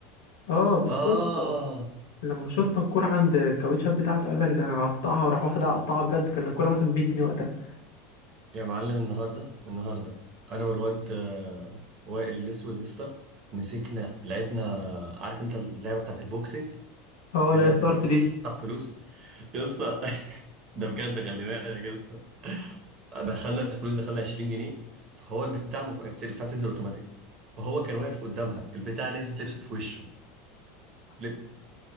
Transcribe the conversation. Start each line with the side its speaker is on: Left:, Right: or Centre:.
Left: اه بالصدفة
Right: اه
Left: لما شطنا الكورة عند الكاوتشات بتاعته قال لك ده انا هقطعها وراح واخدها قطعها بجد كان الكورة مثلا 100 جنيه وقتها
Right: يا معلم النهارده النهارده انا والواد آه، وائل الاسود يا اسطى مسكنا لعبنا عارف انت اللعبه بتاعت البوكسنج
Left: اه
Right: اللي
Left: لا
Right: هي
Left: الضرب
Right: بت-
Left: دي
Right: بتدفع فلوس يا اسطى <laughs> ده بجد خلي بالك يا اسطى دخلنا الفلوس دخلنا 20 جنيه فهو البتاع المف... بت- البتاع تنزل اوتوماتيك فهو كان واقف قدامها البتاع نزلت لبست في وشه لب...